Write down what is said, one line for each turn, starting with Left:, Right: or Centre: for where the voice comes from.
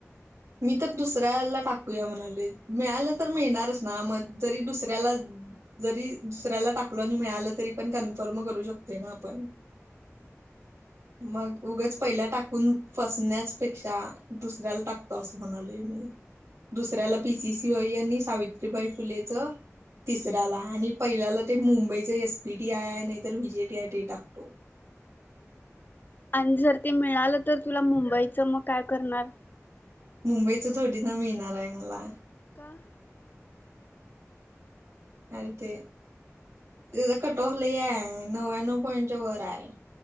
Right: मी तर दुसऱ्याला टाकूया म्हणाले मिळालं तर मिळणारच ना म जरी दुसऱ्याला जरी दुसऱ्याला टाकलो आणि मिळालं तरी पण कन्फर्म करू शकते ना आ पण मग उगच पहिला टाकून फसण्याच पेक्षा दुसऱ्याला टाकतो असं म्हणालोय मी दुसऱ्याला पी सी सी ती वय यांनी सावित्रीबाई फुलेचं तिसऱ्याला आणि पहिल्याला ते मुंबईचे एस पी टी आय आहे नाही तर वि जे टी आय ते टाकतो.
Left: आणि जर ते मिळालं तर तुला मुंबईच मग काय करणार?
Right: मुंबईचा थोडी ना मिळणार आहे मला.
Left: का
Right: अर ते तेजा कटऑफ लय आहे नव्याण्णव पॉइंटच्या वर आहे.